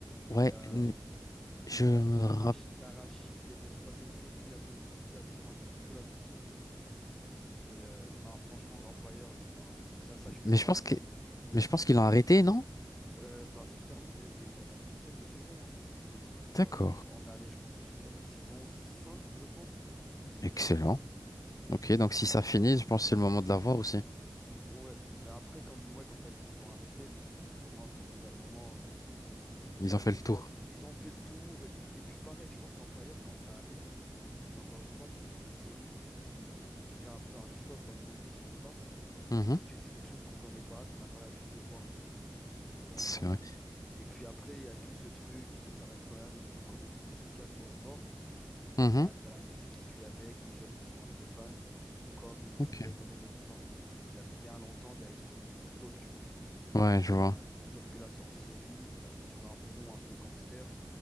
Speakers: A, on the left; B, in the centre.
A: ouais
B: Il y a,
A: n- je
B: il
A: me
B: y a Tarash-
A: rappelle
B: Tarashi, quelque chose, parce que c'est une série un peu musicale. Tu sais, moi, j'aime beaucoup la musique. Et euh, non, franchement, Empire, j- non, ouais. Ça, ça, je peux
A: mais
B: pas.
A: je pense
B: m-
A: que mais je pense qu'ils l'ont arrêté non?
B: Euh, ben, c'est terminé, mais il y a eu pas mal de séries de saisons. hein. Euh,
A: D'accord.
B: y- on est allé, je pense, jusqu'à la saison 5 je pense.
A: Excellent. Ok
B: Ouais.
A: donc si ça finit je pense que c'est le moment de la voir aussi.
B: Ouais, mais après, comme, ouais, comme tu as dit, ils ont arrêté, mais c'est forcément qu'au bout d'un moment, euh,
A: Ils
B: bah,
A: ont fait
B: c'est-
A: le tour.
B: ils ont fait le tour. Et puis, et puis pareil, je pense qu'Empire, quand ça arrive, c'est encore une fois, c'est le genre de série qui, qui fait un peu un choc dans le milieu du cinéma,
A: Mhm.
B: parce que c'est quelque chose qu'on connaît pas, qu'on n'a pas l'habitude de voir. Donc,
A: C'est
B: euh,
A: vrai.
B: et puis après, il y a tout ce truc, tu sais, ça reste quand même un peu comédie musicale sur les bords. Donc,
A: Mhm.
B: tu as, la musique qui suit avec, les jeunes qui sont un peu fans. Comme on
A: Ok.
B: pourrait donner l'exemple, il y a bien longtemps, des High School Musical, tu vois. Ça
A: Ouais
B: peut,
A: je vois.
B: sauf que là, c'est en série, ça, sur un fond un peu gangster.